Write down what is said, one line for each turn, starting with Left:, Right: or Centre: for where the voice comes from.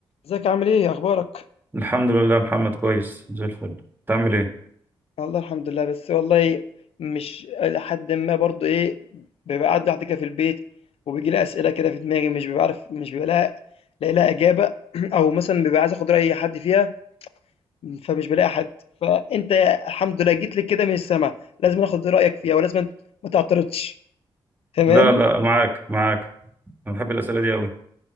Left: ازيك عامل ايه اخبارك
Right: الحمد لله محمد كويس زي الفل تعمل ايه
Left: والله الحمد لله بس والله مش لحد ما برضو ايه بيبقى قاعد لوحدي كده في البيت وبيجي لي اسئله كده في دماغي مش ببقى عارف مش ببقى لها لاقي لها اجابه <clears throat> او مثلا ببقى عايز اخد راي حد فيها فمش بلاقي حد فانت الحمد لله جيت لي كده من السما لازم اخد رايك فيها ولازم ما تعترضش تمام
Right: لا لا معاك معاك انا بحب الاسئله دي قوي